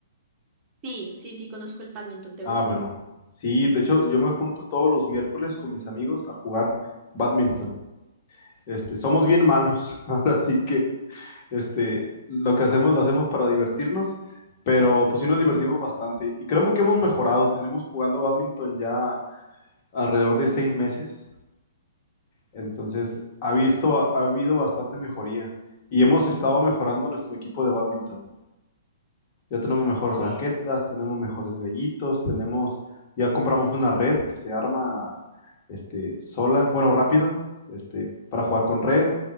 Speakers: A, on the right; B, on the left.
A: Sí, sí, sí, conozco el badminton, ¿te
B: Ah,
A: gusta?
B: bueno. Sí, de hecho yo me junto todos los miércoles con mis amigos a jugar badminton. Este, somos bien malos, <laughs> ahora sí que este, lo que hacemos lo hacemos para divertirnos, pero pues sí nos divertimos bastante y creemos que hemos mejorado. Tenemos jugando bádminton ya alrededor de seis meses, entonces ha, visto, ha habido bastante mejoría y hemos estado mejorando nuestro equipo de bádminton ya tenemos mejores
A: Ok.
B: raquetas, tenemos mejores gallitos, tenemos, ya compramos una red que se arma este, sola, bueno, rápido, este, para jugar con red.